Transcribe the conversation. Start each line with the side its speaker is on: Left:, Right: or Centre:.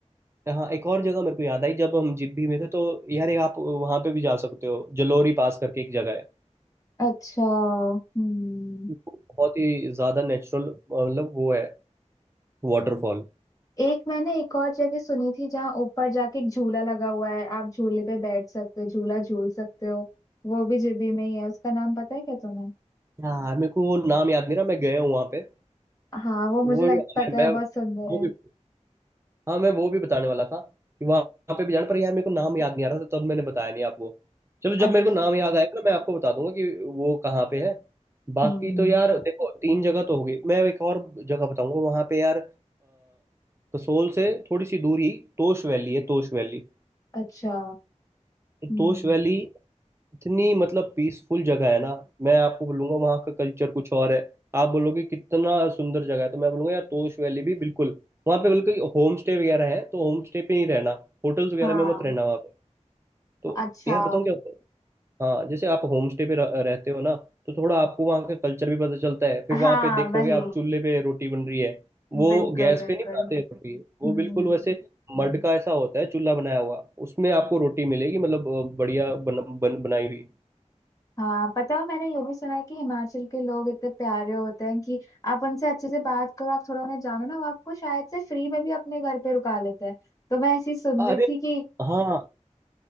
Right: हाँ एक और जगह मेरे को याद आई जब हम जिब्भी में थे तो यार ये आप वहाँ पे भी जा सकते हो जलोरी पास करके एक जगह है
Left: अच्छा हम्म
Right: बहुत ही ज्यादा नेचुरल मतलब वो है वाटरफॉल
Left: एक मैंने एक और जगह सुनी थी जहाँ ऊपर जाके एक झूला लगा हुआ है आप झूले पे बैठ सकते हो झूला झूल सकते हो वो भी जीबी में ही है उसका नाम पता है क्या तुम्हें
Right: हाँ मेरे को वो नाम याद नहीं रहा मैं गया हूँ वहाँ पे
Left: हाँ वो मुझे
Right: वो
Left: लग
Right: भी
Left: पता
Right: मैं, मैं
Left: है बहुत सुंदर
Right: वो
Left: है
Right: भी हाँ मैं वो भी बताने वाला था कि वहां पे भी जाना पर यार मेरे को नाम याद नहीं आ रहा था तब मैंने बताया नहीं आपको चलो जब
Left: अच्छा
Right: मेरे को नाम याद आएगा ना मैं आपको बता दूंगा कि वो कहाँ पे है बाकी
Left: हम्म
Right: तो यार देखो तीन जगह तो होगी मैं एक और जगह बताऊंगा वहां पे यार अ, कसोल से थोड़ी सी दूर ही तोश वैली है तोश वैली
Left: अच्छा
Right: तो
Left: हम्म
Right: तोश वैली इतनी मतलब पीसफुल जगह है ना मैं आपको बोलूंगा वहाँ का कल्चर कुछ और है आप बोलोगे कितना सुंदर जगह है तो मैं बोलूंगा यार तोश वैली भी बिल्कुल वहाँ पे बल्कि होम स्टे वगैरह है तो होम स्टे पे ही रहना होटल्स वगैरह
Left: हाँ
Right: में मत रहना वहाँ पे तो
Left: अच्छा
Right: यार बताऊँ क्या होता है हाँ जैसे आप होम स्टे पे रह- रहते हो ना तो थोड़ा आपको वहाँ का कल्चर भी पता चलता है फिर
Left: हाँ
Right: वहाँ पे देखोगे
Left: वही
Right: आप चूल्हे पे रोटी बन रही है वो
Left: बिल्कुल
Right: गैस
Left: बिल्कुल
Right: पे नहीं बनाते रोटी वो
Left: हम्म
Right: बिल्कुल वैसे मड का ऐसा होता है चूल्हा बनाया हुआ उसमें आपको रोटी मिलेगी मतलब अ, बढ़िया बन, बन, बनाई हुई
Left: हाँ पता है मैंने ये भी सुना है कि हिमाचल के लोग इतने प्यारे होते हैं कि आप उनसे अच्छे से बात करो आप थोड़ा उन्हें जानो ना वो आपको शायद से फ्री में भी अपने घर पे रुका लेते हैं तो मैं ऐसी सुन
Right: अरे
Left: रही थी कि
Right: हाँ